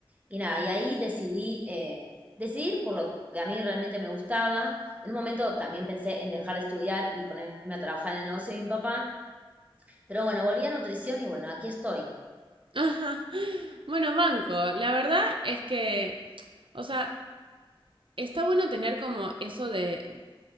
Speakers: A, on the right; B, on the right.
A: Y nada, y ahí decidí eh, decidir por lo que a mí realmente me gustaba. En un momento también pensé en dejar de estudiar y ponerme a trabajar en el negocio de mi papá. Pero bueno, volví a nutrición y bueno, aquí estoy.
B: <laughs> Ajá. Bueno, banco, la verdad es que, o sea, está bueno tener como eso de,